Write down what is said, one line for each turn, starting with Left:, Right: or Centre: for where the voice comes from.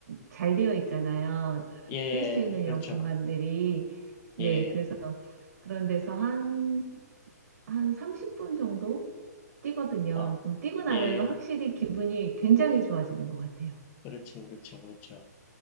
Right: 잘 되어 있잖아요.
Left: 예.
Right: 뛸 수 있는 이런
Left: 그렇죠.
Right: 공간들이. 네,
Left: 예.
Right: 그래서 그런 데서 한 한 30분 정도 뛰거든요.
Left: 어.
Right: 그럼 뛰고 나면은
Left: 예.
Right: 확실히 기분이 굉장히 좋아지는 것 같아요.
Left: 그렇죠. 그렇죠. 그렇죠.